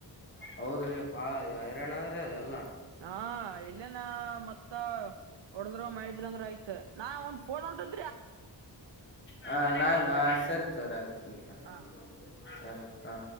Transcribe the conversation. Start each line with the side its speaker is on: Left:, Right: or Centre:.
Left: ಹೌದ್ರೀ ಬಾಳ ಯಾರನ್ರ ಅರ ಅದ ಅಲ್ಲ
Right: ಹಾ ಇಲ್ಲೇ ನ ಮತ್ತ ಹೊಡದ್ರು ಮಾಡಿದ್ರ ಅಂದ್ರೆ ಆಯ್ತ ನಾ ಒಂದ್ ಫೋನ್ ಉಂಟ
Left: ಹ ನಾನ್ ಹ ಸರಿ ತರ ಆಯ್ತು ಬ
Right: ಹಾ
Left: ಸ ಹಾ